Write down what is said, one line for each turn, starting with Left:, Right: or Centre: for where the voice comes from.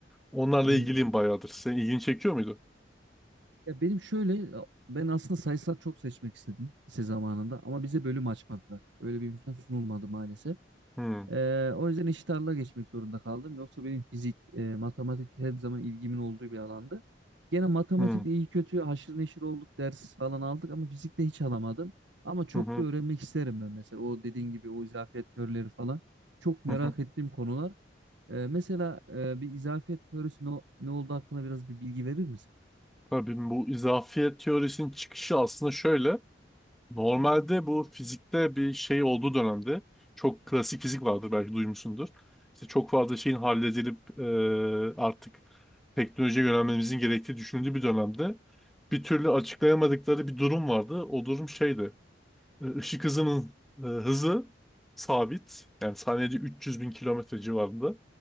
Centre: Onlarla
Right: Hmm.
Centre: ilgiliyim bayağıdır. Senin ilgini çekiyor muydu?
Right: Ya benim şöyle ben aslında sayısal çok seçmek istedim lise zamanında ama bize bölüm açmadılar. Öyle bir imkan sunulmadı maalesef.
Centre: Hı,
Right: Ee, o yüzden eşit ağırlığa geçmek zorunda kaldım. Yoksa benim fizik, e, matematik her zaman ilgimin olduğu bir alandı. Gene matematikte
Centre: hı,
Right: iyi kötü haşır neşir olduk, ders falan aldık ama fizikte hiç alamadım. Ama çok
Centre: hı, hı,
Right: da öğrenmek isterim ben mesela. O dediğin gibi o izafiyet teorileri falan. Çok merak
Centre: hı. hı.
Right: ettiğim konular. Ee, mesela e, bir izafiyet teorisi ne, o- ne olduğu hakkında biraz bir bilgi verir misin?
Centre: Tabii bu izafiyet teorisinin çıkışı aslında şöyle. Normalde bu fizikte bir şey olduğu dönemde çok klasik fizik vardır belki duymuşsundur. İşte çok fazla şeyin halledilip e, artık teknolojiye yönelmemizin gerektiği düşünüldüğü bir dönemde bir türlü açıklayamadıkları bir durum vardı. O durum şeydi. e, Işık hızının e, hızı sabit. Yani saniyede 300 bin kilometre civarında.